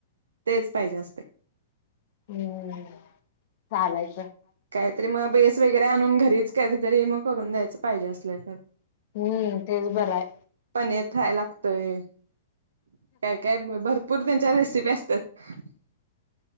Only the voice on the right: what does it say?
तेच पाहिजे असते
काहीतरी मग बेस वगैरे आणून घरीच कधीतरी मग करून द्यायचं पाहिजे असल्या तर
पनीर खायला लागतय काय काय भरपूर त्यांच्या रेसिपी असतात